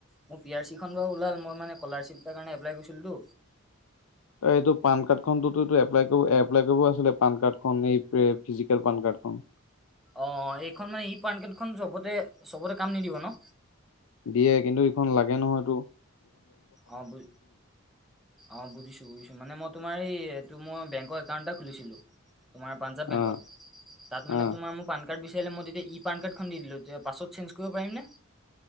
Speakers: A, in the centre; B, on the left.
A: মোৰ পি আৰ চি খন বাও ওলাল মই মানে স্কলাৰশ্বিপ এটাৰ কাৰণে এপ্লাই কৰিছিলোটো
B: অ এইটো পান কাৰ্ড খন এইটো টো এপ্লাই কৰো এপ এপ্লাই কৰিব আছিলে পান কাৰ্ড খন এই পে ফিজিকেল পান কাৰ্ড খন।
A: অ এইখন মানে ই পান কাৰ্ড খন চবতে চবতে কাম নিদিব ন।
B: দিয়ে কিন্তু ইখন লাগে নহয়টো।
A: অ বু অ বুজিছো বুজিছো মানে মই তোমাৰ এই মই বেংকৰ একাউণ্ট এটা খুলিছিলো তোমাৰ পাঞ্জাব বেংকত
B: অ
A: তাত মানে
B: অ
A: তোমাৰ মোৰ পান - কাৰ্ড বিচাৰিলে মই তেতিয়া ই পান কাৰ্ডখন দি দিলো যে পাছত চেঞ্জ কৰিব পাৰিম নে